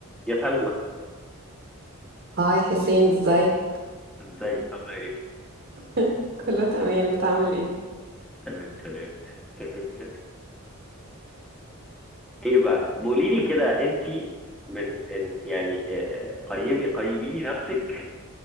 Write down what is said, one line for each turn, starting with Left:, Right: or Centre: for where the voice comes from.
Centre: يا سلمى
Right: هاي حسين ازاي
Centre: ازيك عامله ايه
Right: <laughs> كله تمام انت عامل ايه
Centre: تمام تمام تمام تمام ايه بقى بقولي لي كده انت من إن يعني آه، قيمي قيمي لي نفسك